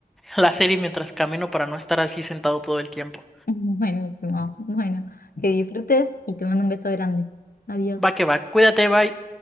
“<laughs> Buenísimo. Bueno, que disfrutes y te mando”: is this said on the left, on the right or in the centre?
Left